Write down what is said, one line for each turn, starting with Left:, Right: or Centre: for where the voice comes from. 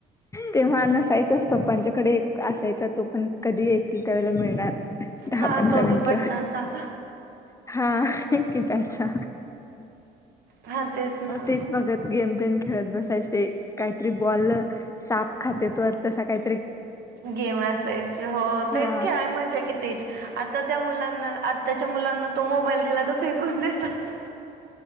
Left: तेव्हा नसायचच पप्पांच्याकडे असायचा तो पण कधी येतील त्यावेळेला मिळणार. दहा
Right: हा
Left: पंधरा
Right: तो
Left: मिनिट
Right: बी बटणाचा
Left: हा एक कीपॅडचा.
Right: हा ना
Left: हो तेच बगच गेम खेळत बसायचे काहीतरी बॉल साप खातेेत तसा काही
Right: गेम असायची हो
Left: हा
Right: तेच खेळाय मजा कि तेच आता त्या मुलां ना आताच्या मुलांना तो मोबाईल दिला तो फेकून देतात.